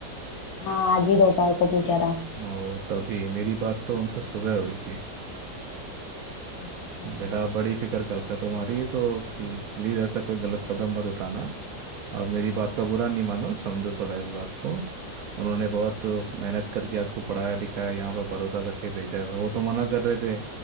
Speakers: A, on the left; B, on the right.
A: हाँ आज ही दोपहर को पूछा था
B: ओ तभी मेरी बात तो उनसे सुबह हुई थी
A: अच्छा
B: बेटा बड़ी फिक्र करता है तुम्हारी तो प्ल- प्लीज़ ऐसा कोई गलत कदम मत उठाना आप मेरी बात का बुरा नहीं मानो समझो थोड़ा इस बात को उन्होंने बहुत मेहनत करके आपको पढ़ाया लिखाया यहाँ पर भरोसा करके भेजा है वो तो मना कर रहे थे